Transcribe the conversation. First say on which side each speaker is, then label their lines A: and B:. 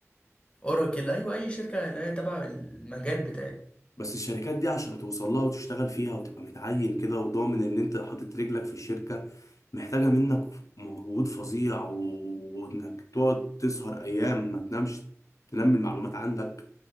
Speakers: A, on the left; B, on the left.
A: اوراكل ايوه اي شركه اللي هي تبع المجال بتاعي
B: بس الشركات دي عشان توصل لها وتشتغل فيها وتبقى متعين كده وضامن ان انت حاطط رجلك في الشركة محتاجة منك مجهود فظيع و- وانك تقعد تسهر ايام ما تنامش تنمي المعلومات عندك